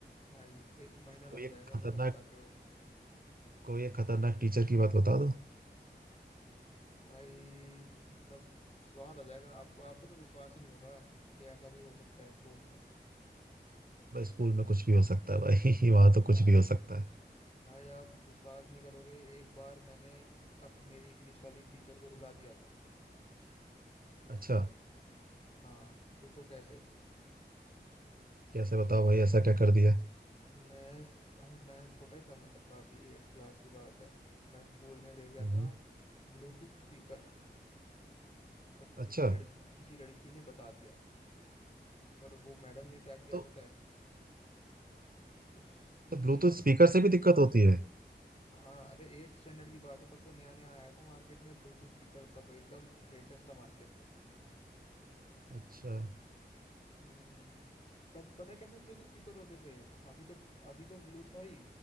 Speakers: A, on the left; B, on the right.
A: भाई एक महीना लग
B: कोई
A: जाएगा
B: एक
A: मेरे
B: खतरनाक
A: को बताते हुए
B: कोई एक खतरनाक टीचर की बात बता दो
A: भाई मतलब स्वाद आ जाएगा आपको आपको तो विश्वास ही नहीं होगा कि ऐसा भी हो सकता है स्कूल में
B: भाई स्कूल में कुछ भी हो सकता है भाई <laughs> वहां तो
A: भा,
B: कुछ भी हो सकता है
A: भाई आप विश्वास नहीं करोगे एक बार मैंने अप मेरी इंग्लिश वाली टीचर को रुला दिया था
B: अच्छा
A: हाँ पूछो कैसे
B: कैसे बताओ भाई ऐसा क्या कर दिया
A: मैं हम मैं छोटा ही था मतलब काफी एट्थ क्लास की बात है मैं स्कूल में ले गया
B: हम्म
A: था ब्लूटूथ स्पीकर और किसी
B: अच्छा
A: लड़की किसी लड़की ने बता दिया और वो मैडम ने क्या किया
B: तो
A: पता है उसने
B: तो ब्लूटूथ स्पीकर से भी दिक्कत होती है
A: हाँ अरे एट्थ स्टैंडर्ड की बात है तब तो नया नया आया था मार्केट में ब्लूटूथ स्पीकर तब एकदम लेटेस्ट था मार्केट में
B: अच्छा
A: हम्म तब पता है कैसे ब्लूटूथ स्पीकर होते थे अभी तो अभी तो ब्लू सॉरी